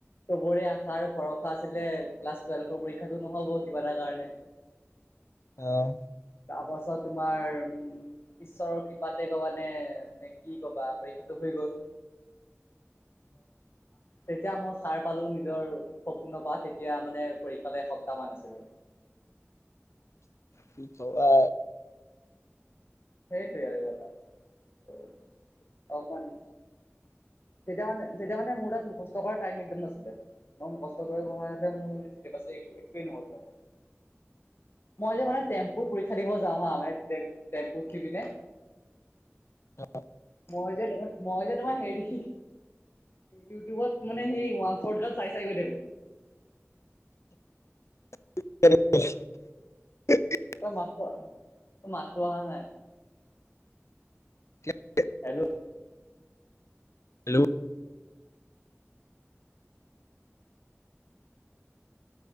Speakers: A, on the left; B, on the left.
A: চবৰে আশা আৰু ভৰসা আছিলে ক্লাছ টুৱেলভৰ পৰীক্ষাতটো নহব কিবা এটা কাৰণে।
B: আহ
A: তাৰপাছত তোমাৰ উম- ঈশ্বৰৰ কৃপাতে কবা নে নে কি কবা পৰীক্ষা। হৈ গল তেতিয়া মই সাৰ পালো নি নিজৰ সপোনৰ পৰা তেতিয়া মানে পৰীক্ষালৈ এসপ্তাহ মান আছিলে।
B: কি কবা।
A: সেইটোৱে আৰু কথা অকমান। তেতিয়া মানে তেতিয়া মানে মোৰ তাত মুখষ্ট কৰা টাইম একদম নাছিলে বাই মুখষ্ট কৰিবা মোৰ। তাৰপাছে একোৱে নহ'ল মই যে মানে টম্পু পৰীক্ষা দিব যাওঁ। হ তে তেম পুট উঠিকিনে।
B: অ
A: মই যে তোমাৰ মই যে তোমাৰ হেৰি। ইউটিউবত মানে সেই ওৱান শৰ্ট গ চাই চাই গৈ থাকো।
B: খ <unintelligible>
A: মাতো অ মাতো অহা নাই।
B: এক
A: হেল্ল'
B: হেল্ল'